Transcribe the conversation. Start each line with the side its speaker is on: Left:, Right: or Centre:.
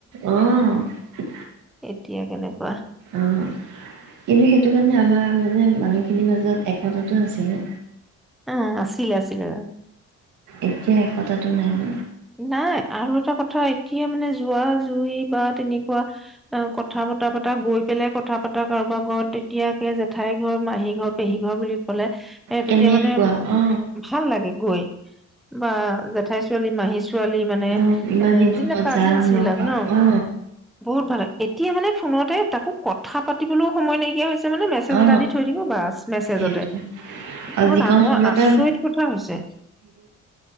Right: আহ
Centre: এতিয়া কেনেকুৱা
Right: অ কিন্তু সেইটো কাৰণে আমাৰ মানে মানে মানুহখিনিৰ মাজত একতাটে আছিলে
Centre: অ আছিলে আছিলে
Right: এতিয়া একতাতটো নাই ন?
Centre: নাই আৰু এটা কথা এতিয়া মানে জোৱা জুই বা নাই তেনেকুৱা কথা বতা পতা গৈ পেলাই কথা পতা কাৰোবাৰ ঘৰত তেতিয়াকে জেঠাই ঘৰ, মাহী ঘৰ, পেহী ঘৰ, বুলি ক'লে এ তেতিয়া
Right: কেনেকুৱা
Centre: মানে
Right: অ
Centre: ভাল লাগে গৈ বা জেঠাই ছোৱালী, মাহি ছো- ছোৱালী মানে
Right: অ ইমান
Centre: এ
Right: দিনৰ
Centre: যিবিলাক
Right: মূৰত
Centre: কাজিনচ
Right: যাম লগ
Centre: বিলাক
Right: পাম
Centre: ন
Right: অ
Centre: বহুত ভাল এতিয়া মানে ফোনতে তাকো কথা পাতিবলৈও সময় নাইকিয়া হৈছে মানে মেছেজ
Right: অ
Centre: এটা দি থৈ দিব বাছ মেছেজতে
Right: সেইটোৱে
Centre: এইটো
Right: আৰু
Centre: বৰ
Right: যিকণ
Centre: ডাঙৰ
Right: সময়
Centre: আচৈত
Right: তই
Centre: কথা হৈছে